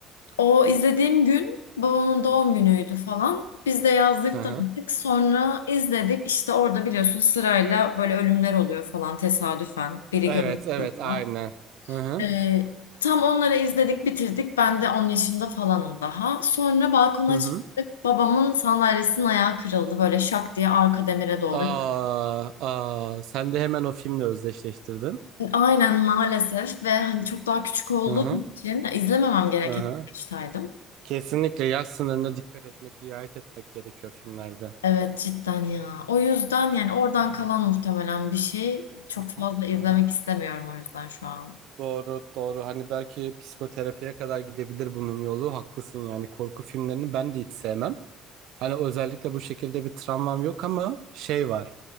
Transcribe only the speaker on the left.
o izlediğim gün babamın doğum günüydü falan. Biz de yazdık
tanıdık. Sonra izledik. İşte orada biliyorsun sırayla böyle ölümler oluyor falan tesadüfen. Biri
görmüş
oluyor.
E, tam onları izledik bitirdik. Ben de 10 yaşında falanım daha. Sonra balkona
çıktık. Babamın sandalyesinin ayağı kırıldı. Böyle şak diye arka demire doğru
Aynen maalesef ve hani çok daha küçük olduğum
için izlememem gereken
bir yaştaydım.
Evet cidden ya. O yüzden yani oradan kalan muhtemelen bir şey. Çok
fazla
izlemek
istemiyorum o yüzden şu an.